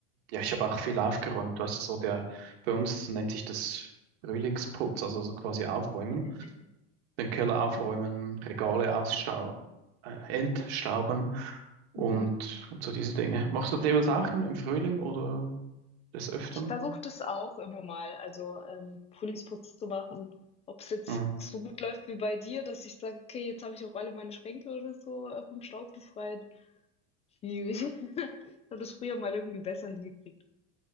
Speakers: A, on the right; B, on the left.
A: ja, ich habe auch viel aufgeräumt, weißt du, so der, bei uns nennt sich das Frühlingsputz, also so quasi aufräumen.
B: <laughs>
A: den Keller aufräumen,
B: Mhm.
A: Regale ausstau äh, entstauben und,
B: Mhm.
A: und so diese Dinge. Machst du das jeweils auch im, im Frühling oder des Öfteren?
B: Ich versuche das auch immer mal, also ähm, Frühlingsputz zu machen. Ob es jetzt
A: Hm.
B: so gut läuft wie bei dir, dass ich sage, okay, jetzt habe ich auch alle meine Schränke oder so äh, vom Staub befreit. Schwierig. <laughs> Ich habe das früher mal irgendwie besser hingekriegt.